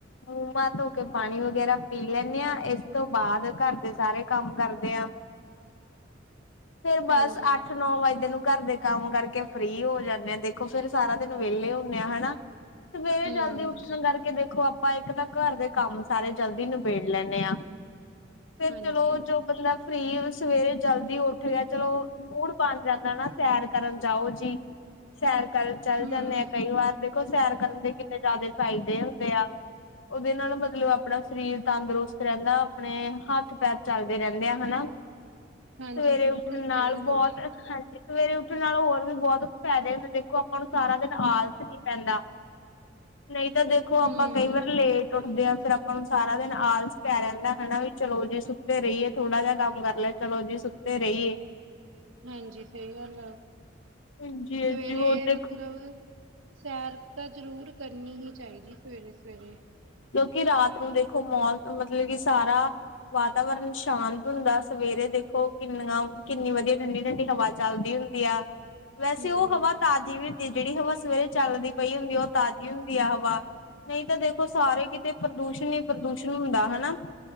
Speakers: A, on the left; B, on the right.
A: ਮੂੰਮਾਂ ਤੋਂ ਕੇ ਪਾਣੀ ਵਗੈਰਾ ਪੀ ਲੈਂਦੇ ਹਾਂ ਇਸ ਤੋਂ ਬਾਅਦ ਘਰ ਦੇ ਸਾਰੇ ਕੰਮ ਕਰਦੇ ਆਾਂ ਫੇਰ ਬਸ
B: ਹਾਂਜੀ,
A: ਅੱਠ ਨੌ ਵੱਜੇਦੇ ਨੂੰ ਘਰ ਦੇ ਕੰਮ ਕਰਕੇ ਫ੍ਰਰੀ ਹੋ ਜਾਂਦੇ ਆਾਂ ਦੇਖੋ ਫੇਰ ਸਾਰਾ ਦਿਨ ਵਿਹਲੇ ਹੁੰਦੇ ਆਾਂ ਹਨਾ ਸਵੇਰੇ
B: ਹੂੰ,
A: ਜਲਦੀ ਉਠਣ ਕਰਕੇ ਦੇਖੋ ਆਪਾਂ ਇੱਕ ਤਾਂ ਘਰ ਦੇ ਕੰਮ ਸਾਰੇ ਜਲਦੀ ਨਿਬੇੜ ਲੈਂਦੇ ਆਾਂ ਫਿਰ
B: ਹਾਂਜੀ,
A: ਚਲੋ ਜੋ ਮਤਲਬ ਫਰੀ ਸਵੇਰੇ ਜਲਦੀ ਉੱਠ ਗਿਆ ਚਲੋ ਮੂੜ ਬਣ ਜਾਂਦਾ ਨਾ ਸੈਰ ਕਰਨ ਜਾਓ ਜੀ ਸੈਰ ਕਰ ਚੱਲ
B: ਹੂੰ।
A: ਜਾਂਦੇ ਆ ਕਈ ਵਾਰ ਦੇ ੋ ਸੈਰ ਕਰਨ ਦੇ ਕਿੰਨੇ ਜ਼ਿਆਦਾ ਫਾਇਦੇ ਹੁੰਦੇ ਆ ਉਹਦੇ ਨਾਲ ਮਤਲਬ ਮਤਲਬ ਆਪਣਾ ਸਰੀਰ ਤੰਦਰੁਸਤ ਰਹਿੰਦਾ ਆਪਣੇ ਹੱਥ ਪੈਰ ਚੱਲਦੇ ਰਹਿੰਦੇ ਆ ਹਨਾ
B: ਹਾਂਜੀ,
A: ਸਵੇਰੇ
B: ਬਿਲਕੁਲ
A: ਉੱਠਣ
B: ਸਹੀ
A: ਨਾਲ
B: ਗੱਲ
A: ਬਹੁਤ
B: ਆ,
A: ਹਾਂਜੀ ਸਵੇਰੇ ਉੱਠਣ ਨਾਲ ਹੋਰ ਵੀ ਬਹੁਤ ਫਾਇਦੇ ਹੁੰਦੇ ਦੇਖੋ ਆਪਾਂ ਨੂੰ ਸਾਰਾ ਦਿਨ ਆਲਸ ਨਹੀਂ ਪੈਂਦਾ ਨਹੀਂ ਤਾਂ ਦੇਖੋ ਆਪਾਂ
B: ਹੂੰ,
A: ਕਈ ਵਾਰ ਲੇਟ ਉੱਠਦੇ ਹ ਫੇਰ ਆਪਾਂ ਨੂੰ ਸਾਰਾ ਦਿਨ ਆਲਸ ਪੈ ਰਹਿੰਦਾ ਹਨਾ ਵੀ ਚਲੋ ਜੀ ਸੁੱਤੇ ਰਹੀਏ ਥੋੜਾ ਜਿਹਾ ਕੰਮ ਕਰ ਲੈ ਚਲੋ ਜੀ ਸੁਕਤੇ ਰਹੀਏ
B: ਹਾਂਜੀ ਸਹੀ ਗੱਲ ਆ ਸਵੇਰੇ
A: ਹਾਂਜੀ ਹਾਂਜੀ ਹੋਰ ਦੇਖੋ
B: ਮਤਲਬ ਸੈਰ ਤਾਂ ਜ਼ਰੂਰ ਕਰਨੀ ਹੀ ਚਾਹੀਦੀ ਸਵੇਰੇ ਸਵੇਰੇ
A: ਕਿ ਰਾਤ ਨੂੰ ਦੇਖੋ ਮੋਲ ਮਤਲਬ ਕਿ ਸਾਰਾ ਵਾਤਾਵਰਨ ਸ਼ਾਂਤ ਹੁੰਦਾ ਸਵੇਰੇ ਦੇਖੋ ਕਿੰਨਾ ਕਿੰਨੀ ਵਧੀਆ ਠੰਡੀ ਠੰਢਡੀ ਹਵਾ ਚੱਲਦੀ ਹੁੰਦੀ ਆ ਵੈਸੇ
B: ਹੂੰ।
A: ਉਹ ਹਵਾ ਤਾਜ਼ੀ ਵੀ ਤੇ ਜਿਹੜੀ ਹਵਾ ਸਵੇਰੇ ਚੱਲਦੀ ਪਈ ਹੁੰਦੀ ਉਹ ਤਾਜ਼ੀ ਹੁੰਦੀ ਆ ਹਵਾ ਨਹੀਂ ਤਾਂ ਦੇਖੋ ਸਾਰੇ ਕਿਤੇ ਪ੍ਰਦੂਸ਼ਣ ਹੀ ਪ੍ਰਦੂਸ਼ਣ ਹੁੰਦਾ ਹਨਾ